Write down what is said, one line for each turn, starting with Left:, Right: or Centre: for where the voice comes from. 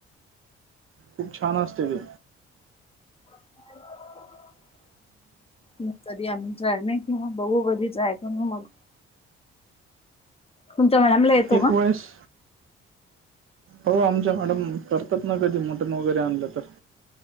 Right: खूप छान असतय ते
Left: <inaudible> म कधी आम्ही ट्राय नाय केला बघू कधी ट्राय करुन मग तुमच्या मॅडमला येतो
Right: एकवेळेस
Left: का
Right: हो आमच्या मॅडम करतात ना कधी मटन वगैरे आणलं तर